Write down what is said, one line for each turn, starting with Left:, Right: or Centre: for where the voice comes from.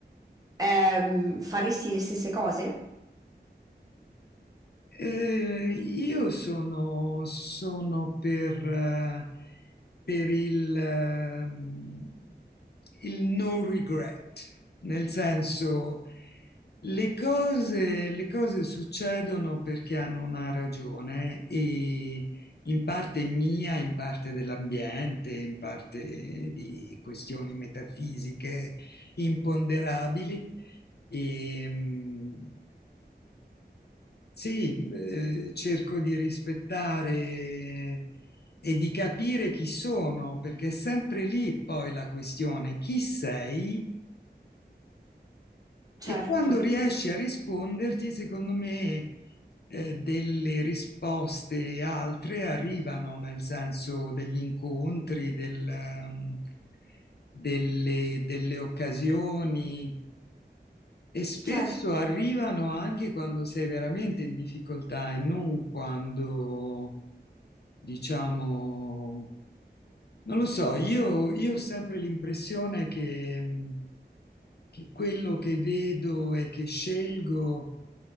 Right: ehm, faresti le stesse cose?
Left: Eh, io sono, sono per, eh, per il, ehm, il no regret, nel senso, le cose, le cose succedono perché hanno una ragione e in parte mia, in parte dell'ambiente, in parte di questioni metafisiche imponderabili. E, mh, sì, eh, cerco di rispettare e di capire chi sono, perché è sempre lì poi la questione, chi sei E
Right: Certo,
Left: quando riesci a risponderti, secondo me, eh, delle risposte altre arrivano, nel senso degli incontri, del, ehm, delle, delle occasioni, e spesso
Right: certo.
Left: arrivano anche quando sei veramente in difficoltà e non quando, diciamo, non lo so, io, io ho sempre l'impressione che, mh, che quello che vedo e che scelgo,